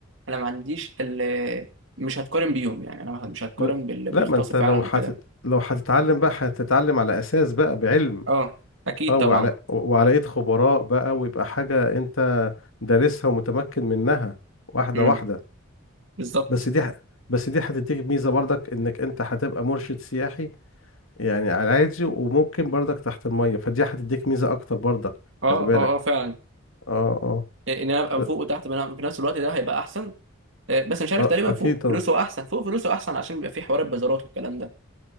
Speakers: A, on the right; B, on the left.
A: انا ما عنديش ال مش هتقارن بيوم يعني انا مش هتقارن
B: لا
A: باللي
B: لا
A: بيغطسوا
B: ما انت
A: فعلا
B: لو حتت...
A: وكده
B: لو هتتعلم بقى هتتعلم على اساس بقى بعلم
A: اه اكيد
B: اه
A: طبعا
B: وعلى وعلى ايد خبراء بقى ويبقى حاجة انت دارسها ومتمكن منها واحدة
A: امم
B: واحدة
A: بالظبط
B: بس دي ح... بس دي هتديك ميزة برضك انك انت هتبقى مرشد سياحي يعني على عادي وممكن برضك تحت المية فدي هتديك ميزة اكتر برضك
A: اه
B: خلي بالك
A: اه اه فعلا
B: اه اه
A: ان انا ابقى
B: ب...
A: فوق وتحت بنا- في نفس الوقت ده هيبقى احسن آه، بس مش عارف
B: اه
A: تقريبا
B: اكيد
A: فوق
B: طبعا
A: فلوسه احسن فوق فلوسه احسن عشان بيبقى فيه حوار البازارات والكلام ده